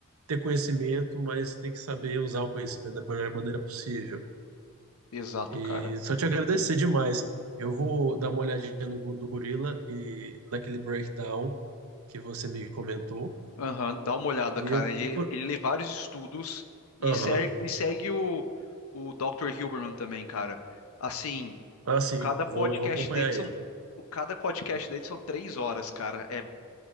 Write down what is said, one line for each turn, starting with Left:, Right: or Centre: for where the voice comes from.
Right: ter conhecimento, mas tem que saber usar o conhecimento da melhor maneira possível.
Left: exato,
Right: E
Left: cara.
Right: só te agradecer demais. Eu vou dar uma olhadinha no, Go- no Gorila e naquele breakdown que você me comentou.
Left: Aham, dá uma olhada,
Right: E
Left: cara.
Right: eu
Left: Ele,
Right: e por.
Left: ele lê vários estudos e,
Right: Aham.
Left: ser- e segue o, o Dr. Hilberman também, cara. Assim,
Right: Ah, sim,
Left: Cada podcast
Right: vou, vou acompanhar
Left: dele são,
Right: ele.
Left: o- cada podcast dele são três horas, cara. É,